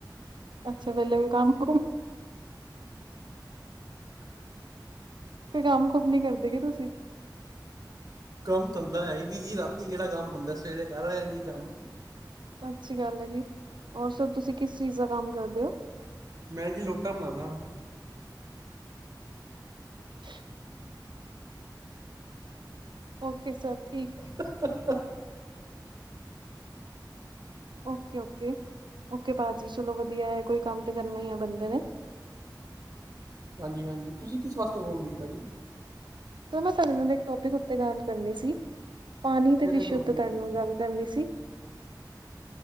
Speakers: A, on the right; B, on the right.
A: ਅੱਛਾ ਵੇਲੇ ਵੀ ਕੰਮ ਕੁਮ ਤੇ ਕੰਮ ਕੁਮ ਨੀ ਕਰਦੇ, ਕੇ ਤੁਸੀਂ
B: ਕੰਮ ਧੰਦਾ ਹੈ ਹੀ ਨੀ ਜੀ, ਰਾਤੀ ਕਿਹੜਾ ਕੰਮ ਹੁੰਦਾ ਏ, ਸਵੇਰੇ ਘਰ ਆਆ ਜੀ ਕੰਮ
A: ਅੱਛੀ ਗੱਲ ਹੈ ਜੀ, ਹੋਰ ਸਰ ਤੁਸੀਂ ਕਿਸ ਚੀਜ਼ ਦਾ ਕੰਮ ਕਰਦੇ ਹੋ
B: ਮੈਂ ਜੀ ਲੋਟਾ ਬਣਾਉਂਦਾ ਵਾਂ
A: <unintelligible> ਓਕੇ ਸਰ, ਠੀਕ
B: <unintelligible>
A: ਓਕੇ ਓਕੇ ਓਕੇ ਭਾਜੀ, ਚਲੋ ਵਧੀਆ ਹੈ, ਕੋਈ ਕੰਮ ਤਾਂ ਕਰਨਾ ਹੀ ਹੈ ਬੰਦੇ ਨੇ
B: ਹਾਂਜੀ ਹਾਂਜੀ, ਤੁਸੀਂ ਕਿਸ ਵਾਸਤੇ ਫੋਨ ਕੀਤਾ ਜੀ
A: ਸਰ ਮੈਂ ਤੁਹਾਡੇ ਨਾਲ ਇੱਕ ਟੋਪਿਕ ਉੱਤੇ ਗੱਲ ਕਰਨੀ ਸੀ, ਪਾਣੀ ਦੇ
B: ਕਿਹੜੇ
A: ਵਿਸ਼ੇ
B: ਟੋਪਿਕ
A: ਉੱਤੇ ਗੱਲ ਕਰਨੀ ਸੀ।